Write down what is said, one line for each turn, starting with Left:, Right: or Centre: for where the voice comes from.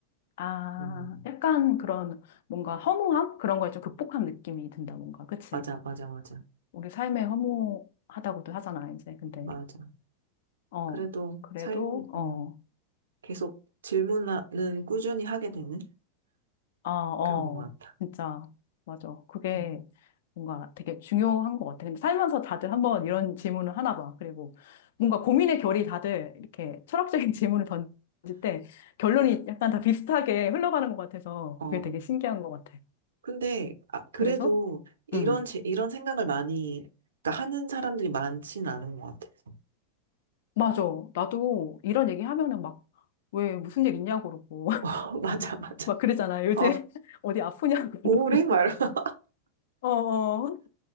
Left: 아,
Right: 음,
Left: 약간 그런 뭔가 허무함? 그런 걸 좀 극복한 느낌이 든다, 뭔가. 그치?
Right: 맞아, 맞아, 맞아.
Left: 우리 삶에 허무하다고도 하잖아, 이제. 근데,
Right: 맞아.
Left: 어,
Right: 그래도
Left: 그래도,
Right: 삶,
Left: 어,
Right: 음, 계속 질문은 꾸준히 하게 되는
Left: 아, 어,
Right: 그런 것 같아.
Left: 진짜, 맞아. 그게
Right: 음,
Left: 뭔가 되게 중요한 것 같아. 근데 살면서 다들 한번 이런 질문을 하나 봐. 그리고 뭔가 고민의 결이 다들 이렇게 철학적인 <laughs> 질문을 던질 때 결론이 약간 다 비슷하게 흘러가는 것 같아서
Right: 어,
Left: 그게 되게 신기한 것 같아.
Right: 근데, 아, 그래도
Left: 그래서,
Right: 이런,
Left: 음,
Right: 제- 이런 생각을 많이, 그러니까 하는 사람들이 많진 않은 것 같아서.
Left: 맞아. 나도 이런 얘기 하면은 막, 왜 무슨 일 있냐고 그러고.
Right: <laughs> 맞아, 맞아.
Left: 막 그러잖아. 요새
Right: 어,
Left: <laughs> 어디 아프냐고 <laughs> 그러고.
Right: 우울해? 말고.
Left: 어, 어,